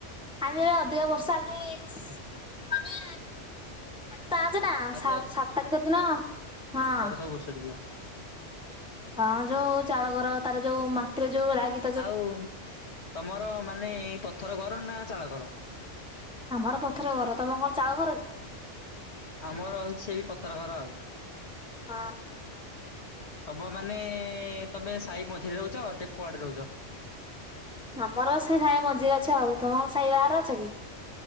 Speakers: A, in the centre; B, on the left.
A: ଆଜି ଏ ଅଧିକ ବର୍ଷା ଆଜି ସି ମାନେ ଆଜି ପାଞ୍ଚେ ନା
B: ଆଜି
A: ସା ସାତ ତାରିଖ ଦିନ ହଁ।
B: ବସିଡିଯିବ <inaudible>
A: ହଁ ଯୋଉ ଚାଳ ଘର ତାର ଯୋଉ ମାଟିରେ ଯୋଉ ଲାଗି
B: ଆଉ ତମର ମାନେ ପଥର ଘର ନା ଚାଳ ଘର?
A: ଆମର ପଥର ଘର ତମର କଣ ଚାଳ ଘର କି?
B: ଆମର ହଉଚି ସେ ବି ପଥର ଘର ଆଉ।
A: ହଁ।
B: ତମ ମାନେ ତମେ ସାହି ମଝିରେ ରହୁଚ ନା କୁଆଡେ ରହୁଚ?
A: ଆମର ସେଇ ସାହି ମଝିରେ ଅଛି ଆଉ ତମେ କଣ ସାହି ବାହାରେ ଅଛ କି?